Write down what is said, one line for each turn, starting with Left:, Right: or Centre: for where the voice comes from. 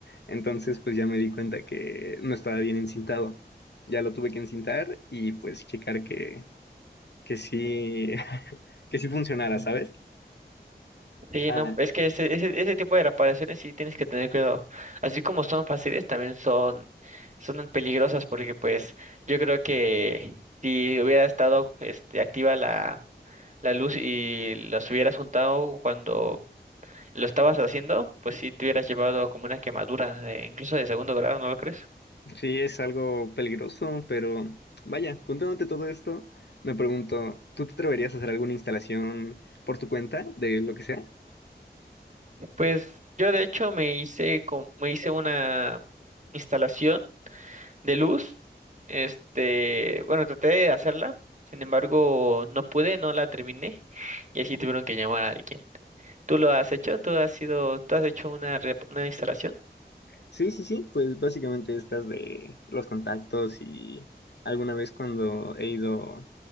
Left: Entonces, pues ya me di cuenta que no estaba bien encintado. Ya lo tuve que encintar y pues checar que, que sí, <laughs> que sí funcionara, ¿sabes?
Right: Sí,
Left: Ah,
Right: no, es que ese, ese, ese tipo de reparaciones sí tienes que tener cuidado. Así como son fáciles, también son, son peligrosas porque pues yo creo que si hubiera estado este, activa la, la luz y los hubieras juntado cuando lo estabas haciendo, pues sí te hubieras llevado como una quemadura, eh, incluso de segundo grado, ¿no lo crees?
Left: Sí, es algo peligroso, pero vaya, contándote todo esto, me pregunto, ¿tú te atreverías a hacer alguna instalación por tu cuenta de lo que sea?
Right: Pues yo de hecho me hice, con me hice una instalación. de luz. Este, bueno, traté de hacerla, sin embargo, no pude, no la terminé y así tuvieron que llamar a alguien. ¿Tú lo has hecho? ¿Tú has sido, tú has hecho una, rep- una instalación?
Left: Sí, sí, sí, pues básicamente estas de los contactos y alguna vez cuando he ido